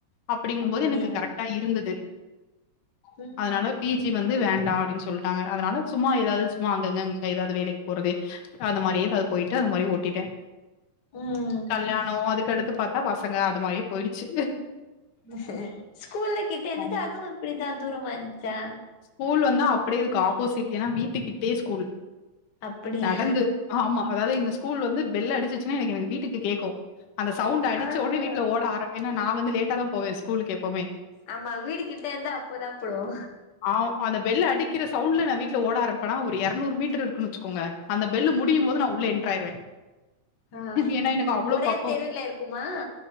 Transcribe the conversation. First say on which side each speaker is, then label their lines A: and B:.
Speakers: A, on the left; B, on the left.
A: அப்படிங்கும்
B: அப்டியா
A: போது எனக்கு கரெக்டா இருந்தது.
B: ம்
A: அதனால பி ஜி வந்து வேண்டா அப்டின்னு சொல்ட்டாங்க. அதனால சும்மா ஏதாவது சும்மா அங்கங்க இங்க ஏதாவது வேலைக்கு போறது அந்த மாரி ஏதாவது போயிட்டு அந்த மாரி ஓட்டிட்டே.
B: ம்
A: கல்யாணோ அதுக்கடுத்து பாத்தா பச ங்க அது மாரியே போயிடுச்சு.
B: <inaudible> ஸ்கூல்லா கிட்ட இருந்துச்சா
A: ஆமா
B: அதுவு இப்டிதா தூரமா இரு ந்துச்சா?
A: ஸ்கூல் வந்து அப்டியே இதுக்கு ஆப்போசிட். ஏன்னா வீட்டுக்கிட்டயே ஸ்கூல்.
B: அப்டியா
A: நடந்து ஆமா அதாவது எங்க ஸ்கூல் வந்து பெல் அடிச்சுச்சுன்னா எனக்கு எனக்கு வீட்டுக்கு கேக்கு. அந்த சவுண்ட் அடிச்ச
B: ஆ
A: ஒடனே
B: ஆ
A: வீட்ல ஓட ஆரம் ஏன்னா நா வந்து லேட்டாதா போவே ஸ்கூலுக்கு எப்போமே.
B: ஆமா வீடு கிட்ட இருந்தா அப்டிதா போடுவோ
A: ஆ அந்த பெல்லு அடிக்கிற சவுண்ட்ல நா வீட்ல ஓட ஆரம்பிப்பனா ஒரு எரநூறு மீட்டர் இருக்குன்னு வச்சுக்கோங்க. அந்த பெல்லு
B: ம்
A: முடியும் போது நா உள்ள என்ட்ராயிருவே.
B: ஆ
A: ஏன்னா எனக்கு அவ்ளோ
B: ஒரே
A: பக்கோ.
B: தெருவுல இருக்குமா